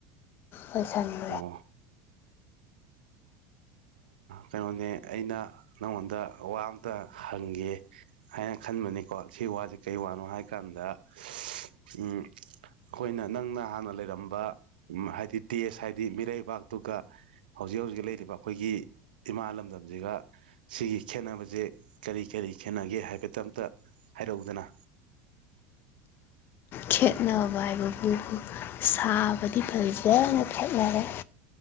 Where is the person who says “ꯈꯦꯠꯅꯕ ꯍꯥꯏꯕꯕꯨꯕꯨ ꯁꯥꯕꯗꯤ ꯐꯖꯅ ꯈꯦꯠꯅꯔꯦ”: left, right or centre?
Left